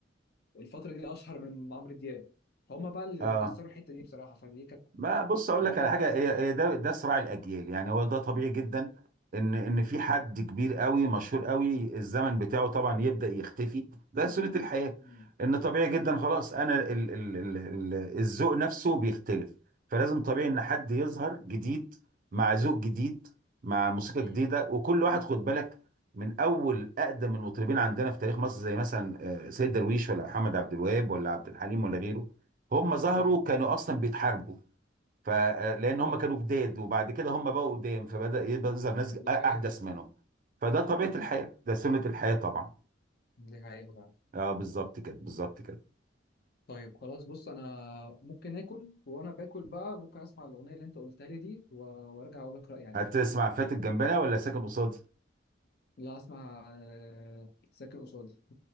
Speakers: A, on the left (about 55°); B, on the right (about 45°).
A: الفترة دي أشهر من عمرو دياب فهم بقى اللي
B: اه
A: كسروا الحتة دي بصراحة فدي كانت
B: ما بص اقول
A: فده
B: لك
A: كانت
B: على حاجه
A: أحسن
B: هي
A: حاجة
B: هي ده ده صراع الاجيال يعني هو ده طبيعي جدا ان ان في حد كبير قوي مشهور قوي الزمن بتاعه طبعا يبدا يختفي ده سنه الحياه
A: مم.
B: ان طبيعي جدا خلاص انا ال ال ال ال الذوق نفسه بيختلف فلازم طبيعي ان حد يظهر جديد مع ذوق جديد مع موسيقى
A: امم
B: جديده وكل واحد خد بالك من اول اقدم المطربين عندنا في تاريخ مصر زي مثلا آه، سيد درويش ولا محمد عبد الوهاب ولا عبد الحليم ولا غيره هم ظهروا
A: امم
B: كانوا اصلا بيتحاربوا فلان
A: اه
B: هم كانوا جداد وبعد كده هم بقوا قدام فبدأ يبقى يظهر ناس
A: دي
B: احدث
A: حقيقة
B: منهم فده طبيعة
A: دي
B: الحياة
A: حقيقة
B: ده سنة الحياة طبعا
A: دي حقيقة
B: اه بالظبط كده بالظبط كده
A: طيب خلاص بص انا ممكن اكل وانا باكل بقى ممكن اسمع الاغنيه اللي انت قلتها لي دي و- وارجع اقول لك رايي عليها
B: هتسمع فاتت جنبنا ولا ساكن قصادي <laughs>
A: لا اسمع آه، ساكن قصادي